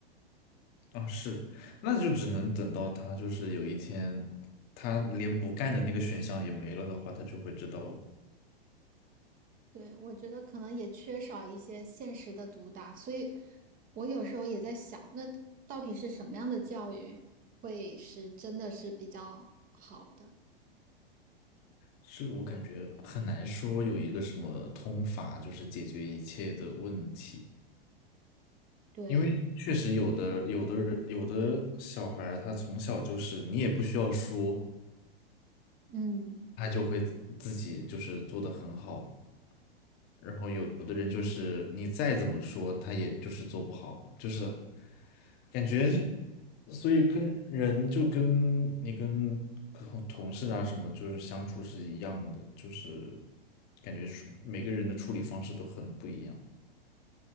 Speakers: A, on the left; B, on the right.
A: 啊是，那就只能等到他就是有一天他连不干的那个选项也没了的话，他就会知道。
B: 对，我觉得可能也缺少一些现实的毒打，所以我有时候也在想，那到底是什么样的教育会是真的是比较好的？
A: 这个我感觉很难说有一个什么通法，就是解决一切的问题。
B: 对，
A: 因为确实有的有的人有的小孩儿他从小就是你也不需要说，
B: 嗯。
A: 他就会自己就是做得很好。然后有的人就是你再怎么说，他也就是做不好，就是感觉是，所以跟人就跟你跟同同事啊什么，就是相处是一样的，就是感觉处每个人的处理方式都很不一样。